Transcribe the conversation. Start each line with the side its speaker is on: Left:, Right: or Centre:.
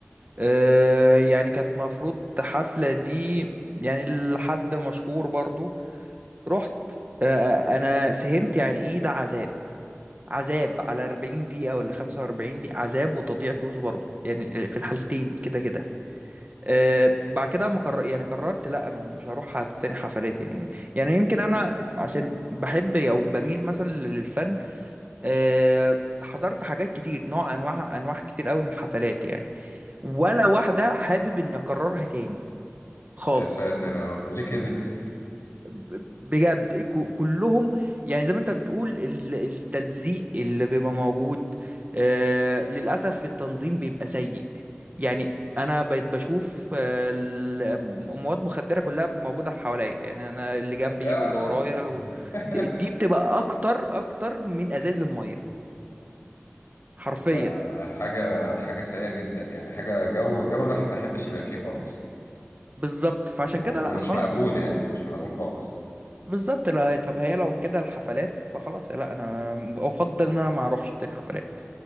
Right: آه يعني كانت مفروض حفله دي يعني لحد مشهور برضو رحت آه انا فهمت يعني ايه ده عذاب عذاب على 40 دقيقة ولا 45 دقيقة عذاب وتضييع فلوس برضه يعني في الحالتين كده كده أه بعد كده ما قرر يعني قررت لا انا مش هروح هت- تاني حفلات يعني يعني يمكن انا عشان بحب او بميل مثلا للفن أه حضرت حاجات كتير نوع انواع انواع كتير قوي من الحفلات يعني ولا واحدة حابب اني اكررها تاني خالص
Left: يا ساتر يا رب ليه كده
Right: بجد كو- كلهم يعني زي ما انت بتقول ال- التلزيق اللي بيبقى موجود آه للأسف التنظيم بيبقى سيء يعني انا بقيت بشوف آه، ال- مواد مخدرة كلها موجودة في حواليا يعني انا اللي جنبي
Left: يا
Right: واللي ورايا و...
Left: <laughs>
Right: دي دي بتبقى اكتر اكتر من ازايز المية حرفيا
Left: ده حاجة حاجة سيئة جدا يعني حاجة جو جو الواحد ما يحبش يبقى فيه خالص
Right: بالظبط فعشان
Left: ومش
Right: كده لا خلاص
Left: مقبول يعني مش مقبول خالص
Right: بالظبط لا طب هي لو كده الحفلات فخلاص لا انا افضل ان انا ما اروحش تاني حفلات